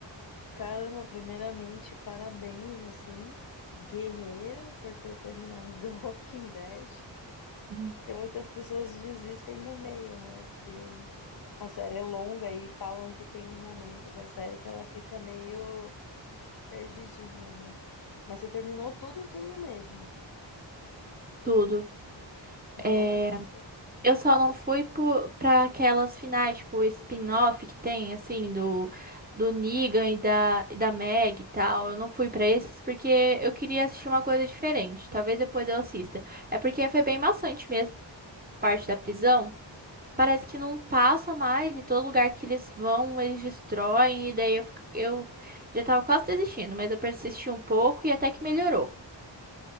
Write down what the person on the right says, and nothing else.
Uhum.
Tudo.
É, Eu só não fui pro- pra aquelas finais, tipo, o spin-off que tem, assim, do, do Negan e da, e da Meg e tal. Eu não fui pra esses porque eu queria assistir uma coisa diferente. Talvez depois eu assista. É porque foi bem maçante mesmo a parte da prisão. Parece que não passa mais e todo lugar que eles vão, eles destroem. E daí eu, fico- eu já tava quase desistindo, mas eu persisti um pouco e até que melhorou.